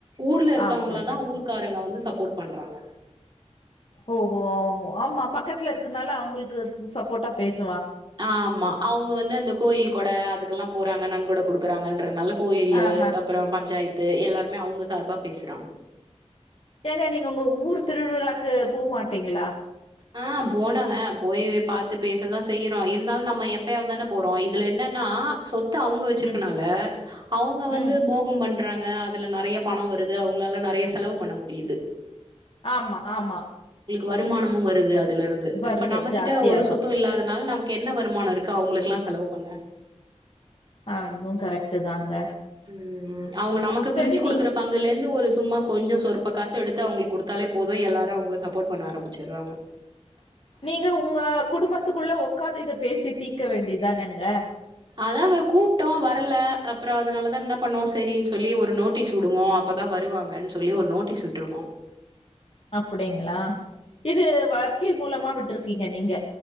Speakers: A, on the right; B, on the left.
A: ஊர்ல இருக்கவங்ளதா
B: ஆ அப்டிங்க
A: ஊர்காரங்க வந்து சப் போர்ட் பண்றாங்க
B: ஓஹோ ஆமா பக்கத்ல இருக்குர்னால அவங்களுக்கு சப்போர்ட்டா பேஸ்
A: ஆமா அவுங்க வந்து அந்த கோயில் கொட அது குல்லா போறாங்க நன்கொட குடுக்குறாங்கன்றனால கோயில்லு
B: ஆஹா
A: அப்றோ பஞ்சாய் து எல்லாருமே அவுங்க சார்பா பேசுறாங்
B: ஏங்க நீங்க உங்க ஊர் திருவிழாக்கு போமாட்டிங்களா
A: ஆ போனாங்க போய் பாத்து பேசதான் செய்யிறோம் இருந்தாலும் நம்ம எப்பயாவது தானே போறோம் இதுல என்னன்னா சொத் து அவங்க வெச்சிருக்கனால
B: ம்
A: அவங்க வந்து
B: ம்
A: போகம் பண்றாங் அ அதுல நறைய பணம் வருது அவங்களால நறைய செலவு பண்ண முடியுது
B: ஆமா ஆமா
A: வருமானம் ம் வருது அது அதுலருந்து
B: வருது
A: இப்ப நம்மகிட்ட
B: ஜாஸ்தியா
A: ஒரு
B: இருக்கு
A: சொத்தும் இல்லாதனால நமக் கேன்ன வருமானோ இருக்கு அவுங்குளுக்குல்லா செலவு பண்ண
B: அதுவும் கரெக்ட்டு தாங்க
A: ம் ம் அவங்க நமக்கு
B: சரி
A: பிரிச்சு குடுக்குற
B: நீ
A: பங்குலே ந்து ஒரு சும்மா கொஞ்சம் சொற்ப காசு எடுத்து அவங்களுக்கு குடுத்தாலே போதும் எல்லாரும் அவங்கள சப்போர்ட் பண்ண ஆரம்பிச்சட்றாங்க
B: நீங்க உங்க குடும்பத்துக்குள்ள உக்காந்து இத பேசி தீக்க வேண்டிதானேங்க
A: அதாங்க கூப்ட்டோம் வரல அப்புறம் அதனாலதான் என்ன பண்ணோம் சேரின்னு சொல்லி ஒரு நோட்டீஸ் விடுவோம் அப்பதான் வருவாங்கன்னு சொல்லி ஒரு நோட்டீஸ் விட்ருக்கோம்
B: அப்பிடிங்களா இது வக்கீல் மூலமா விட்டுருக்கு இருக்கீங்க நீங்க